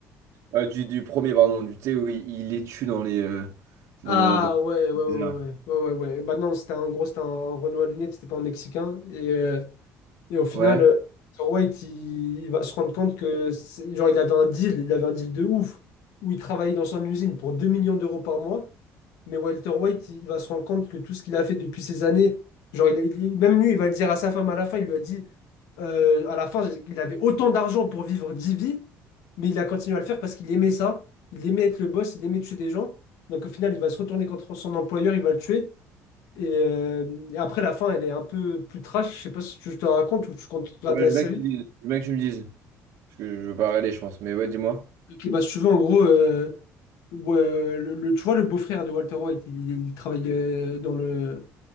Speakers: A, on the right; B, on the left.
A: euh, du, du premier, pardon, du, tu sais, où il, il les tue dans les, euh, dans
B: Ah
A: le, dans le
B: ouais, ouais, ouais,
A: désert.
B: ouais, ouais, ouais, ouais. ouais. Bah non, c'était un en gros, c'était un, un Renoir à lunettes, c'était pas un mexicain. Et, euh, Et au final,
A: Ouais.
B: euh, Walter White, il, il va se rendre compte que, c'est- genre, il avait un deal, il avait un deal de ouf, où il travaillait dans son usine pour 2 millions d'euros par mois. Mais Walter White, il va se rendre compte que tout ce qu'il a fait depuis ces années, genre, il, a- il- même lui, il va le dire à sa femme à la fin, il lui a dit, euh, à la fin, il avait autant d'argent pour vivre 10 vies, mais il a continué à le faire parce qu'il aimait ça, il aimait être le boss, il aimait tuer des gens. Donc au final, il va se retourner contre son employeur, il va le tuer. Et, euh, et après, la fin, elle est un peu plus trash. Je sais pas si tu je te raconte ou tu comptes regarder
A: Ouais,
B: la
A: je veux
B: série.
A: bien que tu me dises. Je veux bien que tu me dises. Parce que je veux pas regarder, je pense. Mais ouais, dis-moi.
B: Et bah, si tu veux, en gros, euh, ouais, euh, le, le- tu vois, le beau-frère de Walter White, il, il- il travaille euh, dans le,